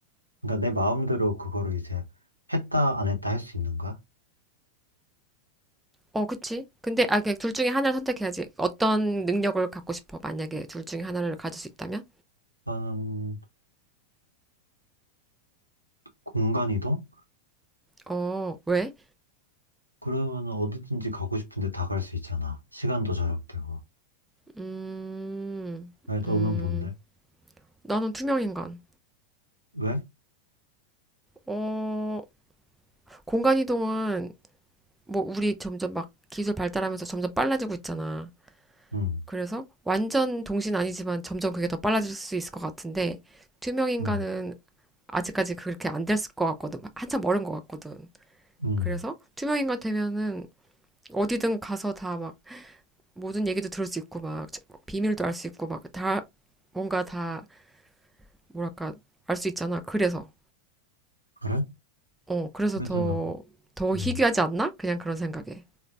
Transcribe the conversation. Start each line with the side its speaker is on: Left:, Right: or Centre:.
Right: 그러니까 내 마음대로 그거를 이제 했다, 안 했다 할 수 있는 거야?
Centre: 어, 그치? 근데, 아, 그둘 중에 하나를 선택해야지. 어떤 능력을 갖고 싶어? 만약에 둘 중에 하나를 가질 수 있다면?
Right: 나는 공간 이동?
Centre: 어, 왜?
Right: 그러면 어디든지 가고 싶은데 다 갈 수 있잖아. 시간도 절약되고.
Centre: 음,
Right: 왜,
Centre: 음,
Right: 너는 뭔데?
Centre: 나는 투명 인간.
Right: 왜?
Centre: 어, 공간 이동은 뭐 우리 점점 막 기술 발달하면서 점점 빨라지고 있잖아.
Right: 응,
Centre: 그래서 완전 동신 아니지만 점점 그게 더 빨라질 수 있을 것 같은데 투명 인간은
Right: 응,
Centre: 아직까지 그렇게 안 됐을 것 같거든. 한참 멀은 것 같거든.
Right: 응.
Centre: 그래서 투명 인간 되면은 어디든 가서 다 막 모든 얘기도 들을 수 있고 막 비밀도 알 수 있고 막 다 뭔가 다 뭐랄까 알 수 있잖아. 그래서
Right: 그래?
Centre: 어 그래서
Right: 그래도
Centre: 더
Right: 나,
Centre: 더 희귀하지
Right: 응.
Centre: 않나? 그냥 그런 생각에.